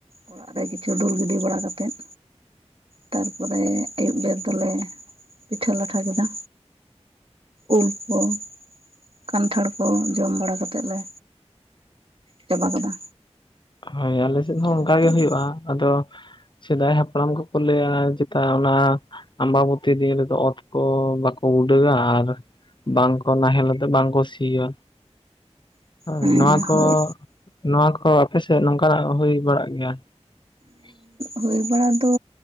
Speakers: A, on the right; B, on the left.
A: ᱚᱲᱟᱜ ᱨᱮ ᱠᱤᱪᱷᱩ ᱫᱩᱞ ᱜᱤᱰᱤ ᱵᱟᱲᱟ ᱠᱟᱛᱮᱫ ᱛᱟᱨᱯᱚᱨᱮ ᱟᱹᱭᱩᱵ ᱵᱮᱨ ᱫᱚᱞᱮ ᱯᱤᱴᱷᱟᱹ ᱞᱟᱴᱷᱟ ᱠᱮᱫᱟ᱾ ᱩᱞᱯᱷᱚ ᱠᱟᱱᱴᱷᱟᱲ ᱠᱚ ᱡᱚᱢ ᱵᱟᱲᱟ ᱠᱟᱛᱮᱫ ᱞᱮ, ᱪᱟᱵᱟ ᱠᱟᱫᱟ᱾
B: ᱦᱳᱭ ᱟᱞᱮ ᱥᱮᱫ ᱦᱚᱸ
A: ᱟᱢᱵᱟᱵᱚᱛᱤ
B: ᱚᱱᱠᱟ ᱜᱮ ᱦᱩᱭᱩᱜᱼᱟ
A: ᱫᱚ
B: ᱟᱫᱚ ᱥᱮᱫᱟᱭ ᱦᱟᱯᱲᱟᱢ ᱠᱚᱠᱚ ᱞᱟᱹᱭᱟ ᱪᱮᱛᱟ ᱚᱱᱟ ᱟᱢᱵᱟᱵᱚᱛᱤ ᱫᱤᱱ ᱨᱮᱫᱚ ᱚᱛ ᱠᱚ ᱵᱟᱠᱚ ᱩᱰᱟᱹᱜᱼᱟ ᱟᱨ ᱵᱟᱝᱠᱚ ᱱᱟᱦᱮᱞ ᱛᱮ ᱵᱟᱝᱠᱚ ᱥᱤᱭᱼᱟ᱾ ᱦᱳᱭ
A: ᱦᱮᱸ
B: ᱱᱚᱣᱟ ᱠᱚ
A: ᱦᱳᱭ
B: ᱱᱚᱣᱟ ᱠᱚ ᱟᱯᱮ ᱥᱮᱫ ᱱᱚᱝᱠᱟᱱᱟᱜ ᱦᱩᱭ ᱵᱟᱲᱟᱜ ᱜᱮᱭᱟ? <unintelligible>
A: ᱦᱩᱭ ᱵᱟᱲᱟ ᱫᱚ